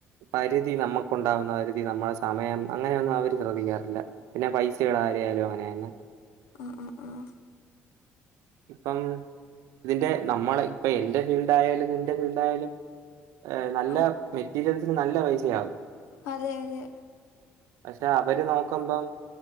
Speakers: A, on the right (about 85°); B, on the left (about 85°).
A: പരിധി നമുക്കുണ്ടാവുന്ന പരിധി നമ്മുടെ സമയം അങ്ങനെയൊന്നും അവര് ശ്രദ്ധിക്കാറില്ല. പിന്നെ പൈസടെ കാര്യയാലും അങ്ങനെന്നെ
B: അ ആഹ് ആഹ്
A: ഇപ്പം ഇതിന്റെ നമ്മളെ ഇപ്പ എന്റെ ഫീൽഡ് ആയാലും നിന്റെ ഫീൽഡ ആയാലും ഏ നല്ല
B: ആഹ്
A: മെറ്റീരിയൽസിന് നല്ല പൈസയാവും.
B: അതെ അതെ
A: പക്ഷേ അവര് നോക്കുമ്പം